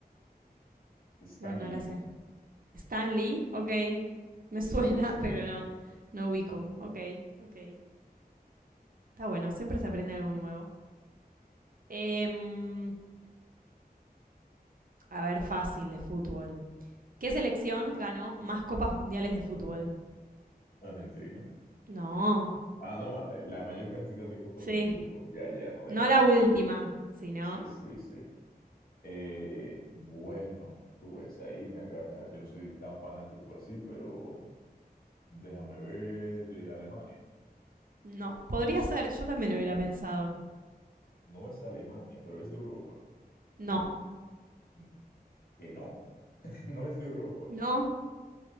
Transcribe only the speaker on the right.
No, no la
sé. Stan Lee, ok. Me
suena,
<laughs> pero no. No ubico. Ok, ok. Está bueno, siempre se aprende algo nuevo. Em, a ver, fácil de fútbol. ¿Qué selección ganó más copas mundiales de fútbol?
No,
sí.
No
la última,
sino...
No, podría ser, yo también hubiera pensado.
No,
no,